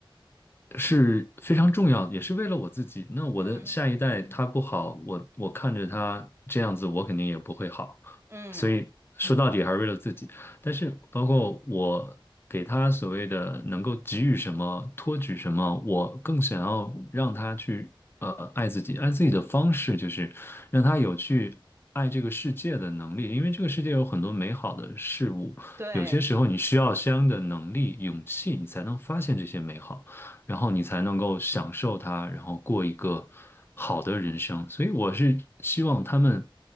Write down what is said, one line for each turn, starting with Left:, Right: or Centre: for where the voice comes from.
Left: 是非常重要的，也是为了我自己。那我的下一代他不好，
Right: 嗯
Left: 我我看着他这样子，我肯定也不会好。
Right: 嗯，
Left: 所以说到底还是为了自己。但是包括我给他所谓的能够给予什么、托举什么，我更想要让他去呃爱自己。爱自己的方式就是让他有去爱这个世界的能力，因为这个世界有很多美好的事物，
Right: 对，
Left: 有些时候你需要相应的能力、勇气，你才能发现这些美好。然后你才能够享受它，然后过一个好的人生。所以我是希望他们，